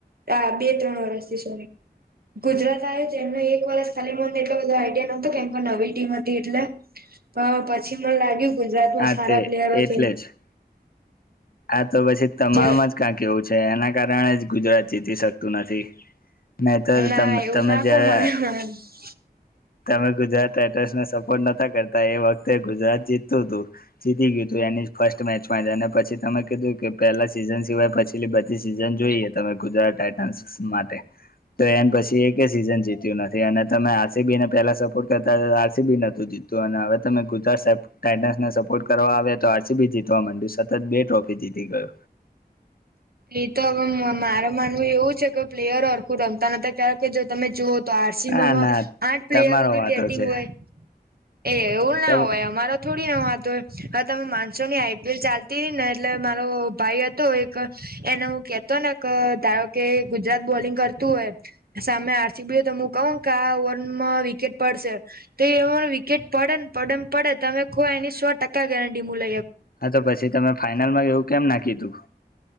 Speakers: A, on the right; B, on the left.
A: હ બે ત્રણ વરષથી સોરી ગુજરાત આવ જે એમનો એક વરષ ખાલી મનને એટલો બધો આઈડિયા નહોતોું કેમ કો નવી ટીમ હતી એટલે હા પછી મને લાગ્યું ગુજરાતમાં
B: હા
A: સારા
B: તે
A: પ્લેયરો
B: એટલે
A: છે.
B: જ આ તો પછી તમામમાં
A: જે
B: જ ક્યાંક એવું છે એના કારણે જ ગુજરાત જીતી શકતું નથી નહી તો
A: ના
B: ત
A: એવું
B: તમે
A: ના
B: જ્યારે
A: કો મને હા
B: તમે ગુજરાત રાઈટર્સને સપોર્ટ નતા કરતા એ વખતે ગુજરાત જીતું હતું જીતી ગયું તું એની ફર્સ્ટ મેચમાં જને પછી તમે કીધું કે પહેલા સીઝન સિવાય પછીલી બધી સીઝન જોઈએ તમે ગુજરાત ટઇટ માટે તો એ પછી એક સિઝન જીત્યું નથી અને તમે બી ને પહેલા સપોર્ટ કરતા હતા આરસી બી નોતું જીતું અને હવે તમે ગુજરાત ટાસને સપોર્ટ કરવા તો આરસીબી જીતવા માંડ્યું સતત બે ટ્રોફી જીતી ગય
A: એ તો હવે મારે માનવું એવું છે કે પ્લેયર આળખું રમતા નથી કારણ કે જો તમે જુઓ તો આરસીમાંમાં
B: ના ના
A: આઠ પ્લેયરોધી
B: તમારો વાતો
A: બેટિંગ
B: છે
A: હોય એ એવું ના
B: તો
A: હોય અમારા થોડીને વાત હોય હવે તમે માણસો ની આઈપીએલ ચાલ હતીને એટલે મારો ભાઈ હતો એક એને હું કેતો ને ધારો કે ગુજરાત બોલિંગ કરતું હોય સામે આરસી બી હું કહ કે આ ઓવરમાં વિકેટ પડશે તો એ વિકેટ પડે ને પડે ને પડે તમે એની સો ટકા ગેરંટી મુ લ
B: હા તો પછી તમે ફાાઈનલમાં એવું કેમ નાખી તું